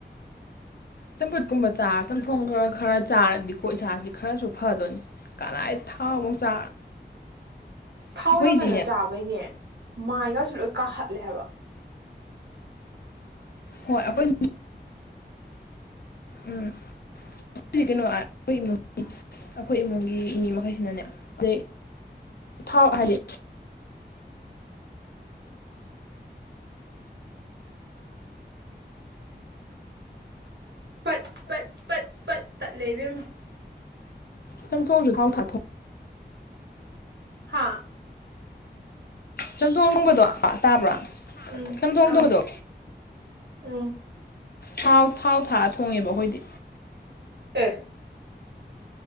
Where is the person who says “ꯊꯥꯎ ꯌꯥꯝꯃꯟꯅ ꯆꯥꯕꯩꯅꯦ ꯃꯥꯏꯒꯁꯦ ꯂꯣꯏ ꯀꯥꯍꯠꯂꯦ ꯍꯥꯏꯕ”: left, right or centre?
Right